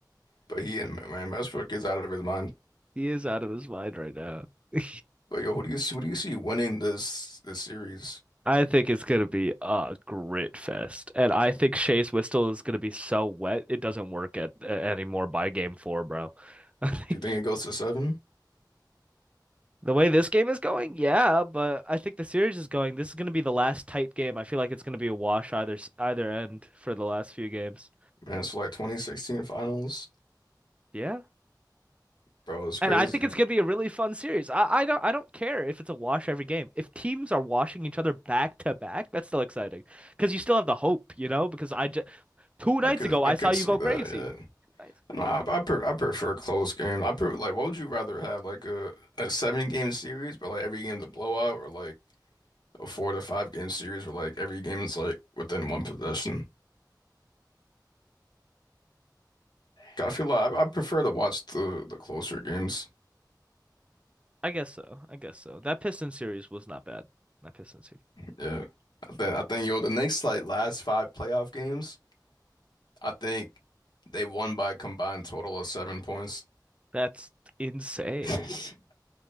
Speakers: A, on the left (about 70°); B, on the right (about 15°).
A: But he and man Westbrook is out of his mind.
B: he is out of his mind right now. <laughs>
A: But yo, who do you see? Who do you see winning this this series?
B: I think it's gonna be a grit fest, and I think Chase Whistle is gonna be so wet it doesn't work at, uh, anymore by game four, bro. <laughs> I think
A: Do you think it goes to seven?
B: the way this game is going, yeah, but I think the series is going. This is gonna be the last tight game. I feel like it's gonna be a wash either s- either end for the last few games.
A: Man, so like 2016 finals,
B: Yeah,
A: bro, it's crazy.
B: And I think it's gonna be a really fun series. I, I don't I don't care if it's a wash every game. If teams are washing each other back to back, that's still exciting because you still have the hope, you know. Because I just two nights
A: I could
B: ago I
A: I could
B: saw you
A: see
B: go
A: that,
B: crazy.
A: yeah.
B: Two nights-
A: No, I I, pre I prefer close game. I prefer like what would you rather have like a, a seven game series, but like every game's a blowout, or like a four to five game series where like every game is like within one possession. 'Cause I feel like I, I prefer to watch the the closer games.
B: I guess so. I guess so. That Pistons series was not bad. That Pistons series.
A: Yeah, I think I think yo the next like last five playoff games, I think they won by a combined total of seven points.
B: That's insane.
A: <laughs>